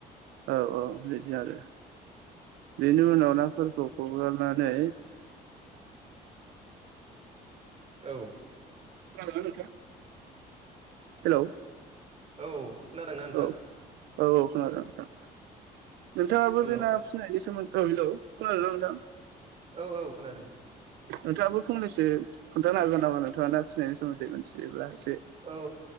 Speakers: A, on the right; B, on the right.
A: औ औ बिदि आरो। बेनि उनाव नाफोरखौ हगारनानै
B: औ।
A: खोनादों ना नोंथां? हेलौ
B: औ खोनादोंना नोंथां?
A: औ औ औ खोनादों नोंथां नोंथाङाबो
B: हेलौ
A: बे ना फिनायनि सोमोनदै औ हेलौ खोनादोंना नोंथां?
B: औ औ खोनादों।
A: नोंथाङाबो फंनैसो खोन्थानो हागोन नामा नोंथाङा ना फसिनायनि सोमोन्दै मिथियोब्ला एसे
B: औ